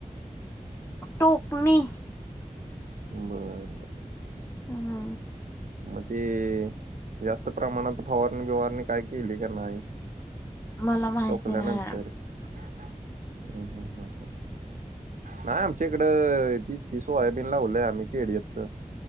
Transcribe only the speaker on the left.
टोकणे.
हा.
मला माहिती
नाही